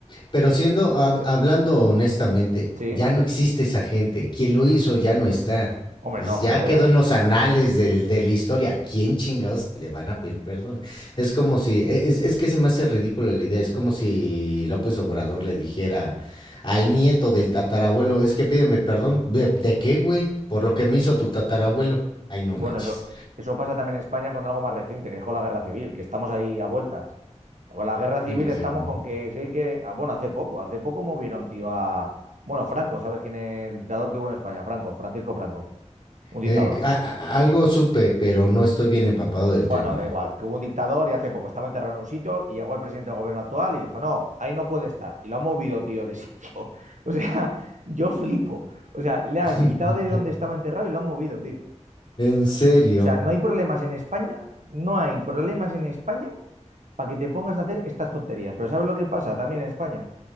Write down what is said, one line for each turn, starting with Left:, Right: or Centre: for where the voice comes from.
Left: Pero siendo, hab- hablando honestamente,
Right: Sí.
Left: ya no existe esa gente. Quien lo hizo ya no está.
Right: Hombre,
Left: Es-
Right: no,
Left: ya
Right: joder.
Left: quedó en los anales del- de, la historia. ¿A quién chingados le van a pedir perdón? Es como si, e- es, es que se me hace ridícula la idea. Es como si López Obrador le dijera al nieto del tatarabuelo, es que pídeme perdón. ¿De, de qué, güey? Por lo que me hizo tu tatarabuelo. Ay, no
Right: Bueno,
Left: manches.
Right: eso, eso pasa también en España con algo más reciente, que es con la guerra civil, que estamos ahí a vueltas. Con la guerra civil
Left: Bueno,
Right: estamos
Left: sí, ¿no?
Right: con que si hay que. ah, Bueno, hace poco, hace poco movieron, tío, a. Bueno, Franco, ¿sabes quién es el dictador que hubo en España? Franco, Francisco Franco, un dictador.
Left: Eh, a- a- algo supe, pero no estoy bien empapado del
Right: Bueno,
Left: tema.
Right: da igual, que hubo un dictador y hace poco estaba enterrado en un sitio y llegó el presidente del gobierno actual y dijo, no, ahí no puede estar. Y lo ha movido, tío, de sitio. <laughs> O sea, yo flipo. O sea, le han
Left: <laughs>
Right: quitado de donde estaba enterrado y lo han movido, tío.
Left: En serio.
Right: O sea, no hay problemas en España, no hay problemas en España para que te pongas a hacer estas tonterías. Pero ¿sabes lo que pasa también en España?